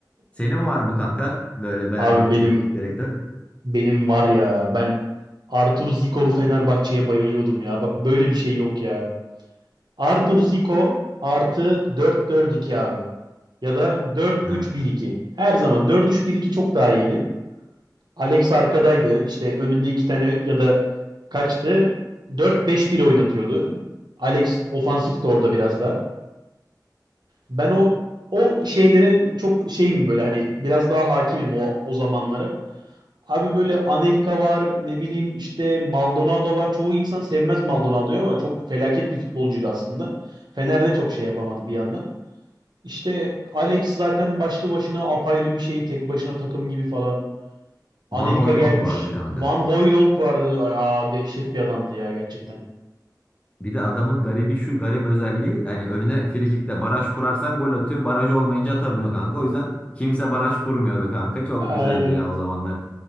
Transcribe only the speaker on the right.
Abi benim
benim var ya ben Artur Zikol'u Fenerbahçe'ye bayılıyordum ya. Bak böyle bir şey yok ya. Arthur Zico artı dört dört iki abi. Ya da dört
üç bir iki. Her zaman dört üç bir iki çok daha iyiydi. Alex arkadaydı. İşte önünde iki tane ya da kaçtı. dört beş bir oynatıyordu. Alex ofansif de orada biraz da. Ben o o şeylere çok şeyim böyle hani biraz daha hakimim o o zamanlara. Abi böyle Anelka var ne bileyim işte Maldonado var. Çoğu insan sevmez Maldonado'yu ama çok felaket bir futbolcuydu aslında. Fener'de çok şey yapamadı bir yandan. İşte Alex zaten başlı başına apayrı bir şey. Tek başına takım gibi falan. Anelka
gelmiş.
Van Hooijdonk vardı. Aa dehşet bir adamdı ya gerçekten.
Aynen.